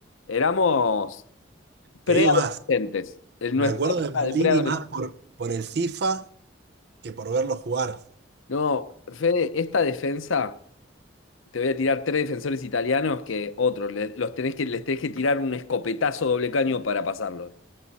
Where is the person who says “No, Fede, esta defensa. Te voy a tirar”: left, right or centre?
Left